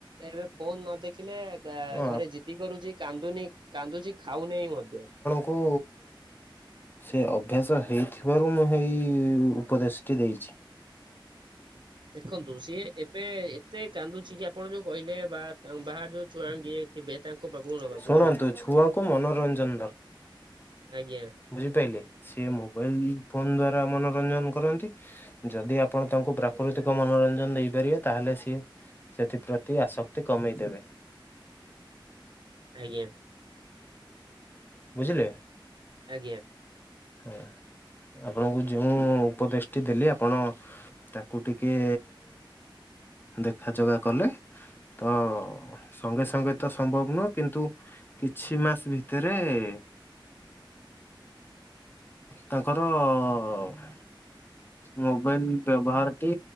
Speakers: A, on the right; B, on the left.
A: ଏବେ ଫୋନ୍ ନ ଦେଖିଲେ ତା
B: ହଁ
A: ଘରେ ଜିଦି କରୁଛି କାନ୍ଦୁନି କାନ୍ଦୁଛି ଖାଉନେହ୍ନି ବି ମଧ୍ୟ।
B: ଓ ହୋ। ସେ ଅଭ୍ୟାସ ହେଇଥିବାରୁ ମୁଁ ହେଇ ଉପଦେଶଟି ଦେଇଛି।
A: ଦେଖନ୍ତୁ ସିଏ ଏବେ ଏତେ କାନ୍ଦୁଛି କି ଆପଣ ଯୋଉ କହିଲେ ବା ବାହା ଯୋଉ ଛୁଆଙ୍ଗେ ଥିବେ ତାଙ୍କ ପାଖ ନବାକୁୁ
B: ଶୁଣନ୍ତୁ
A: ହେଲା।
B: ଛୁଆଙ୍କୁ ମନୋରଞ୍ଜନ
A: ଆଜ୍ଞା।
B: ବୁଝିପାଇଲେ ସିଏ ମୋବାଇଲ୍ ଫୋନ୍ ଦ୍ଵାରା ମନୋରଞ୍ଜନ କରନ୍ତି। ଯଦି ଆପଣ ତାଙ୍କୁ ପ୍ରାକୃତିକ ମନୋରଞ୍ଜନ ଦେଇପାରିବେ ତାହେଲେ ସିଏ ସେଥିପ୍ରତି ଆସକ୍ତି କମେଇଦେବେ।
A: ଆଜ୍ଞା।
B: ବୁଝିଲେ।
A: ଆଜ୍ଞା।
B: ହୁଁ ଆପଣଙ୍କୁ ଯେଉଁ ଉପଦେଶ ଟି ଦେଲି ଆପଣ ତାକୁ ଟିକେ ଦେଖା ଚୋଗା କଲେ ତ ସଙ୍ଗେ ସଙ୍ଗେ ତ ସମ୍ଭବ ନୁହଁ କିନ୍ତୁ କିଛି ମାସ ଭିତରେ ହେ <inaudible> ତାଙ୍କର ଅ ମୋବାଇଲ୍ ବ୍ୟବହାରଟି